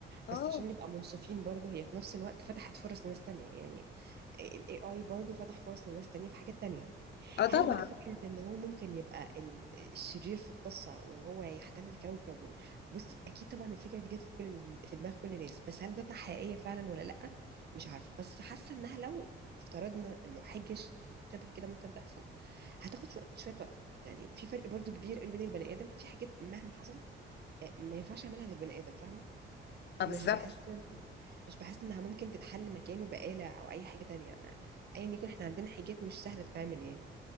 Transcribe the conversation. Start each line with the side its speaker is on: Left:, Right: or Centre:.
Left: اه
Right: بس عشان نبقى منصفين برضو هي في نفس الوقت فتحت فرص لناس تانية يعني ال AI برضو فتح فرص لناس تانية في حاجات تانية
Left: اه
Right: هل
Left: طبعا
Right: بقى فكرة ان هو ممكن يبقى ال- الشرير في القصة وهو يحتل الكوكب و- بصي اكيد طبعا الفكرة دي جت في كل ال- في دماغ كل الناس بس هل هتطلع حقيقية فعلا ولا لأ مش عارفة بس حاسة انها لو افترضنا انه حاجة ش- شبه كده ممكن تحصل هتاخد شوية شوية وقت يعني في فرق برضو كبير قوي بين البني آدم في حاجات مهما حصلت آه، ما ينفعش يعملها غير بني آدم فاهمة
Left: ما
Right: مش
Left: بالظبط
Right: بحس إن- مش بحس انها ممكن تتحل مكانه بآلة او اي حاجة تانية ما ايا يكون احنا عندنا حاجات مش سهلة تتعمل يعني